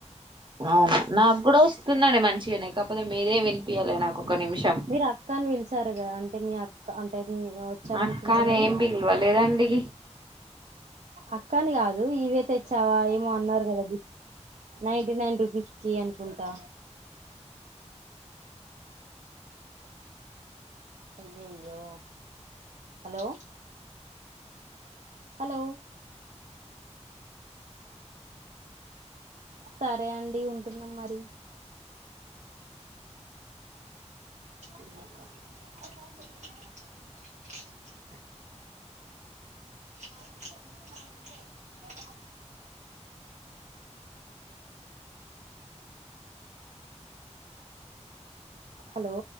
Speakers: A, on the right (about 40°); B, on the right (about 80°).
A: అవునా నాకు కూడా వస్తుందండి మంచిగానే కాకపోతే మీదే వినిపియ్యలే నాకు ఒక నిమిషం
B: మీరు అక్క అని పలిచారుగా అంటే మీ అక్క అంటే వచ్చారనుకుంటే
A: అక్కని
B: ఎవరు
A: ఏం పిల్వలేదండి.
B: అక్కాఅని కాదు ఇవే తెచ్చావా ఏమో అన్నారు కదా నైంటీ నైన్ రూపీస్ కి అనుకుంటా అయ్యో, హలో! హలో సరే అండి ఉంటా మరి <unintelligible> <inaudible> అఊరు నాలు <unintelligible> హలో